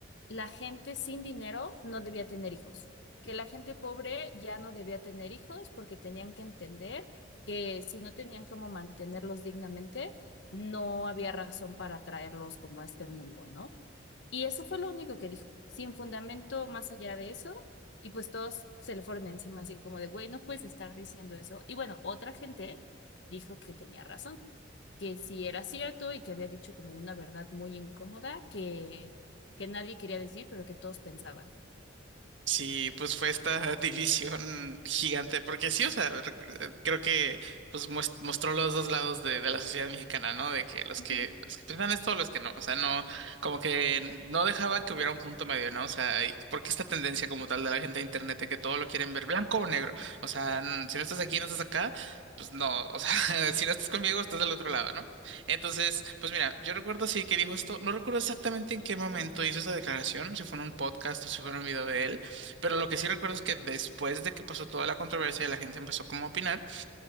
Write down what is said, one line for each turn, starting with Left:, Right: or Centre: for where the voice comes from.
Left: la gente sin dinero no debía tener hijos, que la gente pobre ya no debía tener hijos porque tenían que entender que si no tenían cómo mantenerlos dignamente, no había razón para traerlos como a este mundo, ¿no? Y eso fue lo único que dijo, sin fundamento más allá de eso. Y pues todos se le fueron encima, así como de, güey, no puedes estar diciendo eso. Y bueno, otra gente dijo que tenía razón, que sí era cierto y que había dicho como una verdad muy incómoda que, que nadie quería decir, pero que todos pensaban.
Right: Sí, pues fue esta <laughs> división gigante, porque sí, o sea, rec- eh, creo que pues mues- mostró los dos lados de, de la sociedad mexicana, ¿no? De que los
Left: Ujú,
Right: que los que piensan esto, los que no, o sea, no, como que no dejaban que hubiera un punto medio, ¿no? O sea, y porque esta tendencia como tal de la gente de internet de que todo lo quieren ver blanco o negro, o sea, n- si no estás aquí, no estás acá, pues no, o sea, <laughs> si no estás conmigo, estás del otro lado, ¿no? Entonces, pues mira, yo recuerdo sí que dijo esto, no recuerdo exactamente en qué momento hizo esa declaración, si fue en un podcast o si fue en un video de él pero lo que sí recuerdo es que después de que pasó toda la controversia y la gente empezó como a opinar,